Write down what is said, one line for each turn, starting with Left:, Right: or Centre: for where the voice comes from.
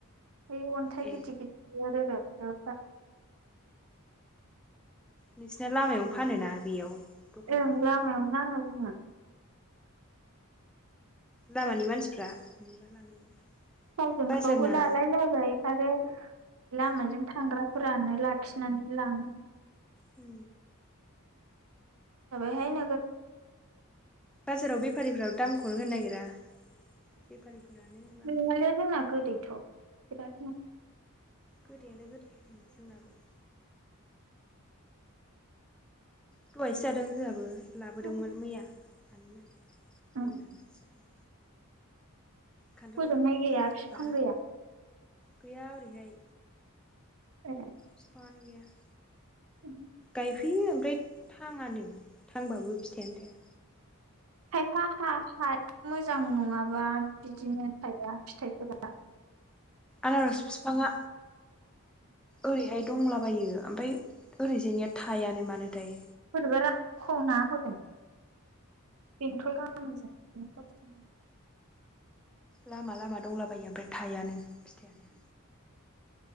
Right: ओइ अन्थाइ
Centre: ए
Right: गिदिर गिदिर रोगायो। था।
Centre: नोंसिना लामायावनो फानोना बेयाव। दखान
Right: औं
Centre: दंना
Right: लामायवनो नांं।
Centre: लामानि मानसिफ्रा। नुबा लाङो बे
Right: मावलालााबाय।
Centre: बाजारना
Right: आरो लामाजों थांग्राफोरानो लाखिनानै लाङो।
Centre: उ।
Right: दाब हाय न।
Centre: बाजाराव बेफारिफोराव दामखौनो होनो नागिरा। बेफारिफोरानो लाङो
Right: नंआ लोय जोंना गोदोय। बेथ।
Centre: गोदैलाय गोदो जोंनाबो। दहायसो जादों जोंहाबो। लाबोदोंमोन
Right: उम
Centre: मैया। सानैमोन
Right: उम
Centre: मोनानो जाबाय। खान्थाल
Right: हजोंहाय गैया
Centre: जानो
Right: बिफां
Centre: हबा।
Right: गैया
Centre: गैया इरोयहाय।
Right: ए
Centre: बिफांआनो गोया। ए
Right: उम
Centre: गाय फैयो ओमफ्राय थाङानो थांबाबो फिथाइआनो थाया।
Right: खायफा हा हाया मोजां नङाबा बिदिनो थाइया फिथाइफोरा बा
Centre: आनारस फिफाङा ओरैहाय दंलाबायो ओमफाय ओरैजायनिया थायानो मानोथाय।
Right: बिबारा खना होदों <unintelligible> <unintelligible>
Centre: लामा लामा दंलाबायो ओमफ्राय थाइआनो फिथाइयानो।